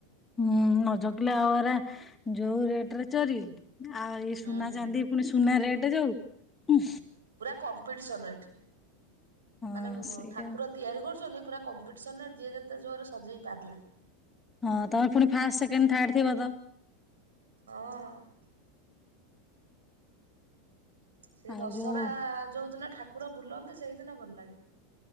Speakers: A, on the left (about 15°); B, on the right (about 75°).
A: ହୁଁ ନଜଗିଲେ ଆଉଏରା ଯୋଉ ରେଟରେ ଚୋରି। ଆଉ ଇ
B: ହୁଁ
A: ସୁନା ଚାନ୍ଦି ପୁଣି ସୁନା ରେଟ ଟ ଯାଉ ଉ
B: ପୁରା କମ୍ପିଟିସନ ଏଠି
A: ହଁ
B: ମାନେ
A: ସେଇଆ
B: ଠାକୁର ତିଆରି କରୁଛନ୍ତି। ପୁରା କମ୍ପିଟିସନ୍ରରେ ଯିଏ ଯେତେ ଜୋରରେ ସଜେଇ ପାରିଲା
A: ହଁ ତମେ ପୁଣି ଫାଷ୍ଟ ସେକେଣ୍ଡ ଥାର୍ଡ ଥିବ ତ
B: ହଁ ସେ
A: ଆଉ
B: ଦଶହରା
A: ଯୋଉ
B: ଯୋଉ ଦିନ ଠାକୁର ବୁଲନ୍ତି ତ ସେଇଦ ନା ବଲ ଲାଗେ।